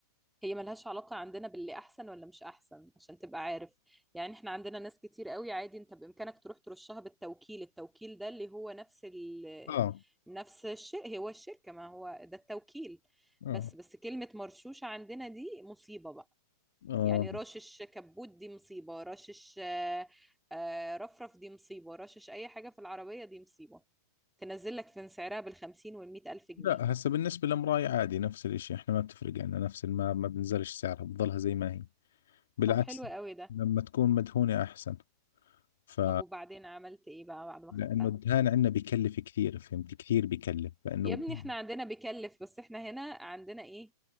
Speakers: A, in the centre; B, on the left.
A: هي ملهاش علاقة عندنا باللي أحسن ولا مش أحسن عشان تبقى عارف يعني إحنا عندنا ناس كتير قوي عادي أنت بإمكانك تروح ترشها بالتوكيل التوكيل ده اللي هو نفس ال
B: آه
A: نفس الشيء هو الشركة ما هو ده التوكيل
B: آه
A: بس بس كلمة مرشوشة عندنا دي مصيبة بقى
B: آه
A: يعني رشش كبوت دي مصيبة رشش آه، آه، رفرف دي مصيبة رشش أي حاجة في العربية دي مصيبة تنزل لك في سعرها بالخمسين والمية ألف جنيه
B: لا هسه بالنسبة للمراية عادي نفس الاشي احنا ما بتفرق عنا نفس ما ما بنزلش سعرها بتضلها زي ما هي بالعكس
A: طب حلو قوي ده
B: لما تكون مدهونة احسن ف
A: طب وبعدين عملت إيه بقى بعد ما
B: لانه
A: خدتها
B: الدهان عندنا بكلف كثير فهمت كثير بكلف فانه
A: يا ابني
B: بكون
A: احنا عندنا بيكلف بس احنا هنا عندنا ايه